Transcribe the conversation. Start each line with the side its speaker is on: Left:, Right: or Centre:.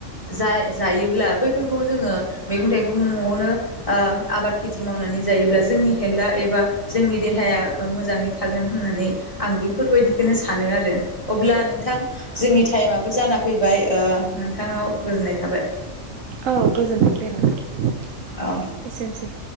Left: जाय जायोब्ला बैफोरखौ जोङो मैगं-थाइगं न'आवनो ओ आबाद खेथि मावनानै जायोब्ला जोंनि हेल्था एबा जोंनि देहाया मोजाङै थागोन होननानै आं बेफोरबायदिखौनो सानो आरो अब्ला नोंथां जोंनि टाइमाबबो जाना फैबाय नोंथाङाव गोजोननाय थाबाय
Right: औ गोजोनथों दे नोथां
Left: औ
Right: एसेनोसै